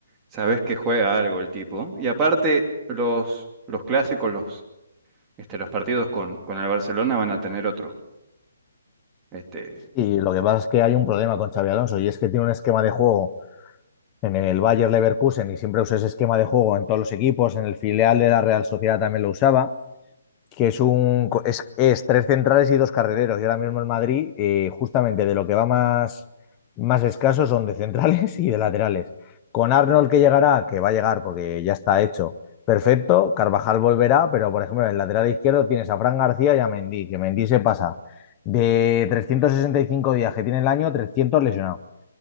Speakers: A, on the right (about 20°); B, on the left (about 25°).
A: sabés que juega algo el tipo. Y aparte, los, los clásicos, los, este, los partidos con, con el Barcelona van a tener otro. Este,
B: Y lo que pasa es que hay un problema con Xavi Alonso y es que tiene un esquema de juego en el Bayer Leverkusen y siempre usa ese esquema de juego en todos los equipos, en el filial de la Real Sociedad también lo usaba. que es un es, es tres centrales y dos carrileros. Y ahora mismo en Madrid, eh, justamente de lo que va más, más escaso son de centrales y de laterales. Con Arnold que llegará, que va a llegar porque ya está hecho, perfecto. Carvajal volverá, pero por ejemplo en el lateral izquierdo tienes a Fran García y a Mendy, que Mendy se pasa de 365 días que tiene el año, 300 lesionado.